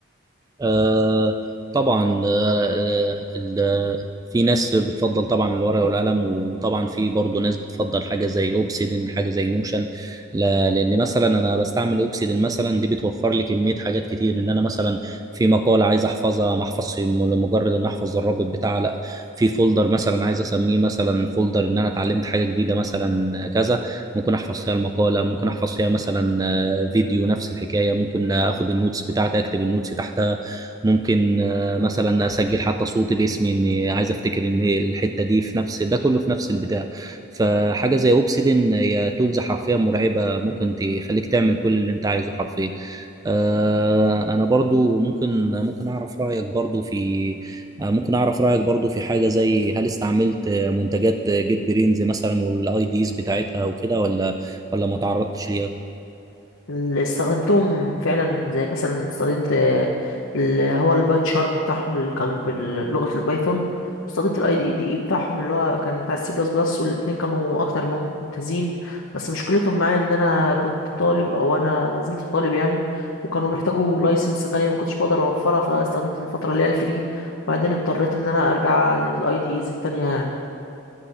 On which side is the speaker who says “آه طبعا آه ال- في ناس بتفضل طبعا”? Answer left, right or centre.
Right